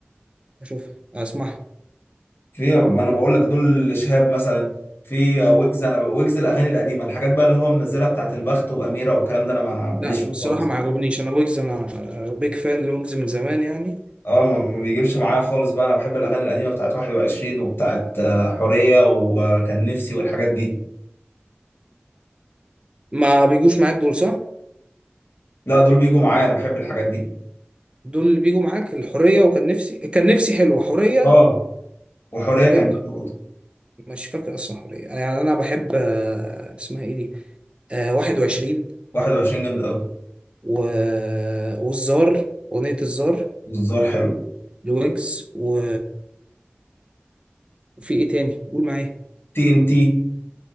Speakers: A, on the right; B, on the left.
A: اشوفها اسمعها
B: في ما انا بقول لك دول شهاب مثلا في
A: مم.
B: مم. ويجز انا ويجز الاغاني القديمه الحاجات بقى اللي هو منزلها بتاعت البخت واميره والكلام ده انا ما- ماليش
A: لا
B: فيه
A: بصراحة
B: خالص
A: ما عجبنيش انا ويجز انا بيج فان لويجز من زمان يعني
B: اه ما ما بيجيبش معايا خالص بقى انا بحب الاغاني القديمه بتاعت 21 وبتاعت آه، حوريه وكان نفسي والحاجات دي
A: ما بيجوش معاك دول صح
B: لا دول بيجوا معايا انا بحب الحاجات دي
A: دول اللي بيجوا معاك الحرية وكان نفسي كان نفسي حلوة حرية
B: اه وحوريه
A: حرية
B: كان
A: مش
B: جامده برضه
A: مش فاكر اصلا حرية يعني انا بحب آه، اسمها ايه دي آه، 21
B: 21 جامده قوي
A: و... والزار اغنية الزار
B: والزار حلو
A: لويجز و... وفي ايه تاني قول معايا
B: تي ان تي